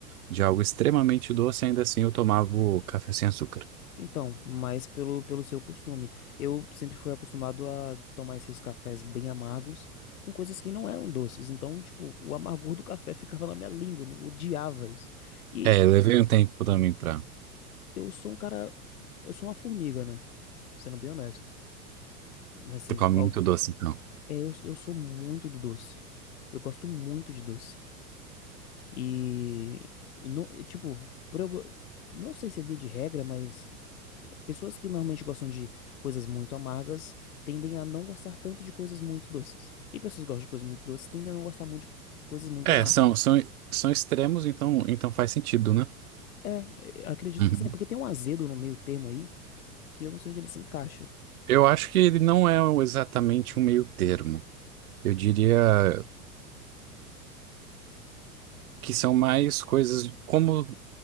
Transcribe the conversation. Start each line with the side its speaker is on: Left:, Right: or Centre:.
Right: de algo extremamente doce, ainda assim eu tomava o café sem açúcar.
Left: Então, mais pelo, pelo seu costume. Eu sempre fui acostumado a tomar esses cafés bem amargos com coisas que não eram doces. Então, tipo, o amargor do café <laughs> ficava na minha língua, eu odiava isso. E
Right: É, levei um tempo também pra...
Left: eu sou um cara, eu sou uma formiga, né? Sendo bem honesto. Assim,
Right: Tu come
Left: óbvio,
Right: muito doce, então.
Left: é, eu, eu sou muito do doce. Eu gosto muito de doce. E, e não, e, tipo, por eu, go- não sei se é via de regra, mas Pessoas que normalmente gostam de coisas muito amargas tendem a não gostar tanto de coisas muito doces. E pessoas que gostam de coisas muito doces tendem a não gostar muito de coisas muito
Right: É,
Left: amargas.
Right: são, são, são extremos, então, então faz sentido, né?
Left: É, é, acredito
Right: Uhum.
Left: que sim, é porque tem um azedo no meio termo aí que eu não sei onde ele se encaixa.
Right: Eu acho que ele não é o- exatamente um meio termo. Eu diria que são mais coisas como